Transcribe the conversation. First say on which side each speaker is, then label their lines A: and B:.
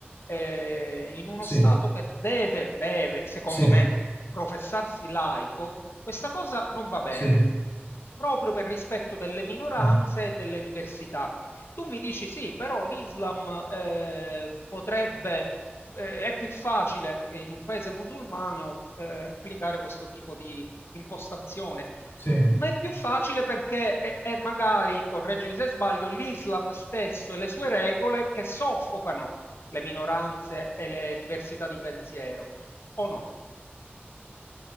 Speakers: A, on the left; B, on the left.
A: ehm, in uno
B: Sì,
A: Stato che deve deve, secondo
B: sì,
A: me, professarsi laico, questa cosa non va bene,
B: sì,
A: proprio per rispetto delle minoranze
B: mm,
A: e delle diversità. Tu mi dici: "Sì, però l'Islam, ehm, potrebbe" eh, è più facile eh, in un paese musulmano eh, applicare questo tipo di impostazione,
B: sì.
A: ma è più facile perché è, è magari, correggimi se sbaglio, l'Islam stesso e le sue regole che soffocano le minoranze e le diversità di pensiero, o no?